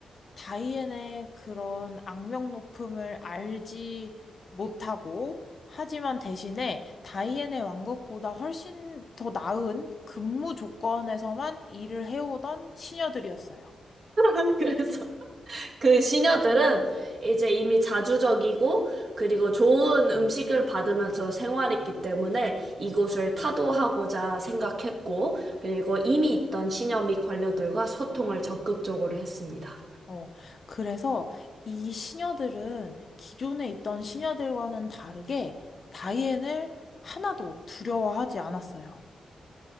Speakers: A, on the left; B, on the right.
A: 다이앤의 그런 악명 높음을 알지 못하고, 하지만 대신에 다이앤의 왕국보다 훨씬 더 나은 근무 조건에서만 일을 해오던 시녀들이었어요.
B: <laughs> 그래서 그 시녀들은 이제 이미 자주적이고 그리고 좋은 음식을 받으면서 생활했기 때문에 이곳을 타도하고자 생각했고 그리고 이미 있던 시녀 및 관료들과 소통을 적극적으로 했습니다.
A: 어, 그래서 이 시녀들은 기존에 있던 시녀들과는 다르게 다이앤을 하나도 두려워하지 않았어요.